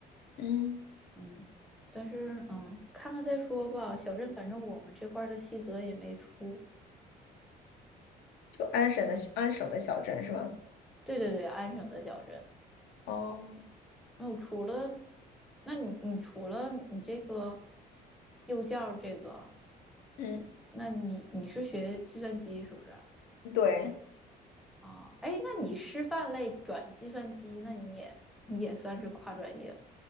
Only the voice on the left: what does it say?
嗯
就安省的安省的小镇是吗？
哦，
嗯，
对，